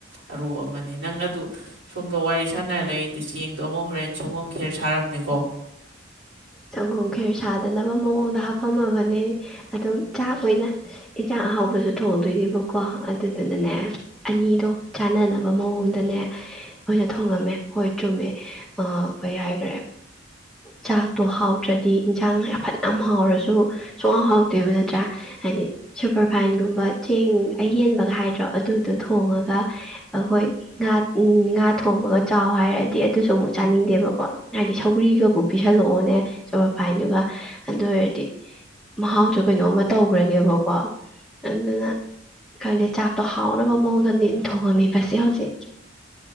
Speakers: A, on the right; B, in the centre.
A: ꯑꯔꯨꯕ ꯑꯃꯅꯦ ꯅꯪ ꯑꯗꯨ ꯁꯣꯝꯗ ꯋꯥꯔꯤ ꯁꯥꯟꯅꯔ ꯂꯩꯗꯨ ꯆꯦꯡꯗꯣ ꯑꯃꯨꯛ ꯍꯣꯔꯦꯟ ꯁꯪꯒꯣꯝ ꯈꯦꯔ ꯁꯥꯔꯝꯅꯤꯀꯣ
B: ꯁꯪꯒꯣꯝ ꯈꯦꯔ ꯁꯥꯗꯅꯕ ꯃꯑꯣꯡꯗ ꯍꯥꯞꯄꯝꯃꯕꯅꯦ ꯑꯗꯨꯝ ꯆꯥꯛ ꯑꯣꯏꯅ ꯑꯦꯟꯁꯥꯡ ꯑꯍꯥꯎꯕꯁꯨ ꯊꯣꯡꯗꯣꯏꯅꯦꯕꯀꯣ ꯑꯗꯨꯗꯨꯅꯅꯦ ꯑꯅꯤꯗꯣ ꯆꯥꯟꯅꯅꯕ ꯃꯑꯣꯡꯗꯅꯦ ꯑꯣꯏꯅ ꯊꯣꯡꯉꯝꯃꯦ ꯍꯣꯏ ꯆꯨꯝꯃꯦ ꯀꯩ ꯍꯥꯏꯈ꯭ꯔꯦ ꯆꯥꯛ ꯇꯣ ꯍꯥꯎꯗ꯭ꯔꯗꯤ ꯏꯟꯁꯥꯡ ꯌꯥꯐꯠ ꯌꯥꯝ ꯍꯥꯎꯔꯁꯨ ꯁꯨꯡꯉꯥꯎ ꯍꯥꯎꯇꯦꯕ ꯅꯠꯇ꯭ꯔꯥ ꯍꯥꯏꯗꯤ ꯁꯨꯄꯔꯐꯥꯏꯟꯒꯨꯝꯕ ꯆꯦꯡ ꯑꯌꯦꯟꯕꯒ ꯍꯥꯏꯗ꯭ꯔꯣ ꯑꯗꯨꯗꯣ ꯊꯣꯡꯉꯒ ꯑꯩꯈꯣꯏ ꯉꯥ ꯉꯥ ꯊꯣꯡꯕꯒ ꯆꯥꯎ ꯍꯥꯏꯔꯗꯤ ꯑꯗꯨꯁꯨ ꯑꯃꯨꯛ ꯆꯥꯅꯤꯡꯗꯦꯕꯀꯣ ꯍꯥꯏꯗꯤ ꯁꯧꯒ꯭ꯔꯤꯒꯕꯨ ꯄꯤꯁꯜꯂꯛꯑꯣ ꯁꯨꯄꯔ ꯐꯥꯏ꯭ꯟꯗꯨꯒ ꯑꯗꯨ ꯑꯣꯏꯔꯗꯤ ꯃꯍꯥꯎꯗꯣ ꯀꯩꯅꯣꯝꯃ ꯇꯧꯈ꯭ꯔꯅꯦꯕꯀꯣ ꯑꯗꯨꯅ ꯈꯪꯗꯦ ꯆꯥꯛꯇꯣ ꯍꯥꯎꯅꯕ ꯃꯑꯣꯡꯗꯅꯤ ꯑꯩꯅ ꯊꯣꯡꯉꯝꯃꯤꯕꯁꯤ ꯍꯧꯖꯤꯛ